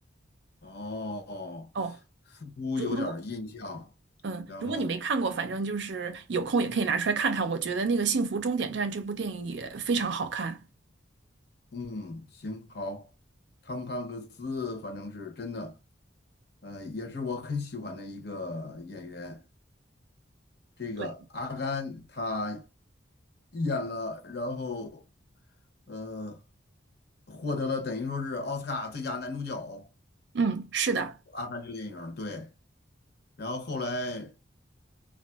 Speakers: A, on the left; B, on the right.
A: 哦，
B: 哦，
A: 似乎有点儿印象。
B: 如如果嗯，
A: 然后，
B: 如果你没看过，反正就是有空也可以拿出来看看。我觉得那个《幸福终点站》这部电影也非常好看。
A: 嗯，行，好，汤姆汉克斯反正是真的，呃，也是我很喜欢的一个演员。这个阿甘他
B: 对，
A: 演了，然后呃，获得了等于说是奥斯卡最佳男主角。
B: 嗯，是的。
A: 阿甘这个电影儿对。然后后来